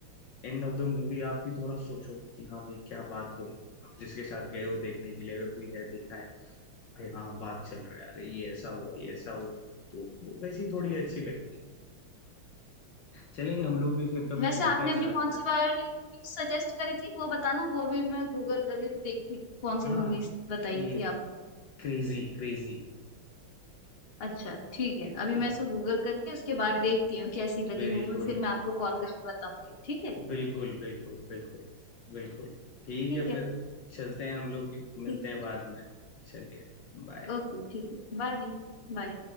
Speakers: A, on the left (about 60°); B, on the left (about 30°).
A: एंड ऑफ द मूवी आप भी थोड़ा सोचो कि हाँ भाई क्या बात हुआ आप जिसके साथ गए हो देखने के लिए अगर कोई है देखा है अरे हाँ बात चल रहा है अरे ये ऐसा हुआ ये ऐसा हुआ तो वो वैसी थोड़ी अच्छी लगती है चलेंगे हम लोग भी फिर कभी
B: वैसे
A: चलते
B: आपने
A: हैं
B: अभी
A: साथ
B: कौन
A: में
B: सी वाली मूवी सजेस्ट करी थी वो बताना वो अभी मैं गूगल करके देखती हूँ, कौन
A: हाँ
B: सी मूवीज बताई
A: ये
B: थी
A: क्रेजी क्रेजी
B: अच्छा ठीक है अभी
A: ये
B: मैं इसको गूगल करके उसके बाद देखती हूँ कैसी लगी
A: बिल्कुल
B: मूवी फिर मैं आपको कॉल करके बताऊंगी ठीक है
A: बिल्कुल बिल्कुल बिल्कुल बिल्कुल ठीक
B: ठीक
A: है
B: है
A: फिर चलते हैं हम लोग भी मिलते
B: ठीक
A: हैं
B: है
A: बाद में चलिए बाय
B: ओके ठीक है बाय बाय